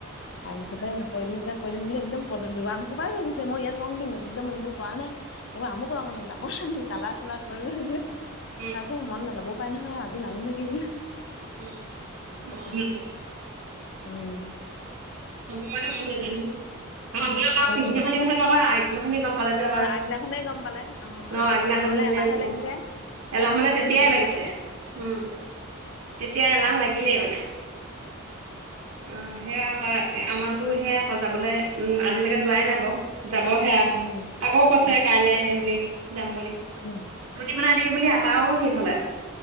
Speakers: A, on the left; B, on the right.
A: তাৰপিছতে কৈ দিম এ কৈ দিম বুলি একদম পদ আম সবাৰেৈ গুছে মই ইয়াত ৰং দিম একদম এইবোৰ কৰা নাই একবাৰ আমুক ৰং ম কামৰ চানিম কালা চালা কৰি যে তাৰ
B: উম
A: পিছত মন নাযাবও পাৰে নহয় আজি নানো নেকি বোলে।
B: উম
A: তেনেকে কৈছে
B: মন
A: উম।
B: চব সময়তে মন নাজাই নহয় অ সিাপ
A: উম
B: পিছদিনাখনি কথাটো আকৌ আগদিনাখনি গম কলত যে কয়,
A: অ আগদিনাখনে গম পালে
B: অ' আগদিনাখন
A: গম পালে মানে
B: নিলে
A: এলাহে
B: গম
A: লাগিছে
B: পাম। এলাহ মানে,
A: তাৰমানে
B: তেতিয়াই
A: মনে
B: লাগিছে।
A: যোৱা নাই
B: উম'। তেতিয়া এলাহ
A: উম
B: লাগিলেই মানে। অ' সেয়া। হয়, আমাৰতো সেয়াই আকৌ যাবলৈ উম' আজিলৈকে যোৱাই নাই বাৰু। যাব হে আৰু
A: উম উম
B: আকৌ কৈছে
A: অ
B: কাইলে সেই বুলি, যাম বুলি।
A: উম
B: ৰুটি। বনাই দেই বুলি আটাও নি থলে।